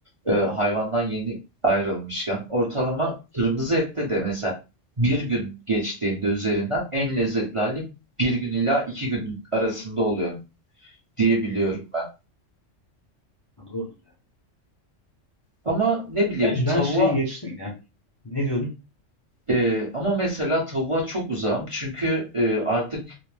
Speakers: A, on the right; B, on the left.
A: eee, hayvandan yeni ayrılmışken, ortalama kırmızı ette de mesela bir gün geçtiğinde üzerinden en lezzetli hali bir gün ila iki gün arasında oluyor diyebiliyorum
B: Hmm,
A: ben.
B: Ha, doğrudur ya.
A: Ama ne bileyim
B: Gerçi
A: tavuğa
B: ben şeyi geçtim ya. Ne diyordun?
A: e, ama mesela tavuğa çok uzağım çünkü e, artık